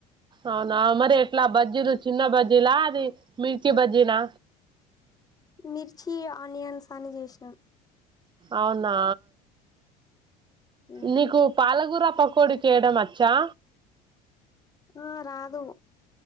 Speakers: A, on the right; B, on the left.
A: అవునా మరి ఎట్ల బజ్జీలు చిన్న బజ్జీలా అది మిర్చీ బజ్జీనా
B: మిర్చి ఆనియన్స్ అన్ని చేశ్నాం
A: అవునా
B: మ్,
A: నీకు పాలకూర పకోడి చెయ్యడం అచ్చా
B: ఆ రాదు